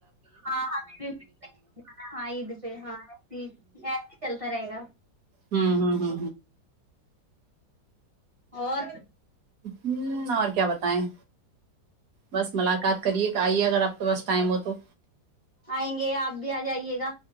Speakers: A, on the right; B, on the right.
A: ہاں ہم بھیا ہاں عید پہ ہاں ای ہی ایسے ہی چلتا رہے گا
B: ہوں ہ ہ
A: اور
B: ہوں اور کیا بتائیں بس ملاقات کرے کہ آئیے اگر آپ کے پاس ٹائم ہو تو
A: آئیں گے آپ بھی آ جائیے گا